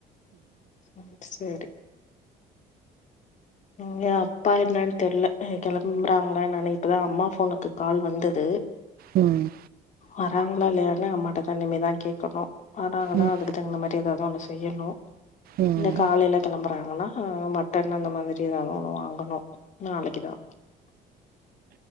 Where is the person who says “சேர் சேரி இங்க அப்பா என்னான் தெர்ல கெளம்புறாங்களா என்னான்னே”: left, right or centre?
Left